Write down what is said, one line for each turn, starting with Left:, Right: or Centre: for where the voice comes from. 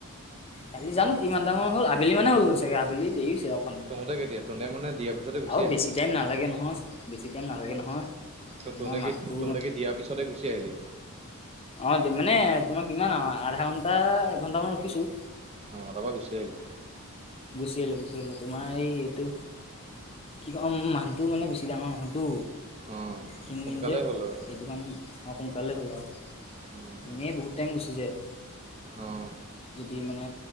Left: কালি জানো কিমান দামান হ'ল আবেলি মানে হল চাগে আবেলি দেৰি হৈছে অ',
Right: তহঁতে কেতিয়া তহঁতে মানে দিয়াৰ পিছতে গুচি
Left: আৰু
Right: আহিলি
Left: বেছি টাইম নালাগে নহয়, বেছি টাইম নালাগে নহয়।
Right: ত' তোক
Left: তোমাৰ
Right: তোনেকি
Left: মানুহটো
Right: দিয়াৰ পিছতে গুচি আহিলি?
Left: অ', মানে তোমাৰ কিমান আৰু আধা ঘণ্টা এঘন্টামান ৰখিছো।
Right: অ', তাৰ পৰা গুচি আহিলি?
Left: গুচি আহিলোঁ গুচি আহিলোঁ তোমাৰ এই এইটো কি কম মানুহটো মানে বেছি ডাঙৰ নহয়তো
Right: অঁ
Left: কিনমিন
Right: সোনকালে
Left: যে
Right: হ'ল আৰু
Left: সেইটো কাৰণে আৰু সোনকালে হ'ল আৰু।
Right: উম,
Left: এনেই বহুত টাইম গুচি যায়,
Right: অঁ
Left: যদি মানে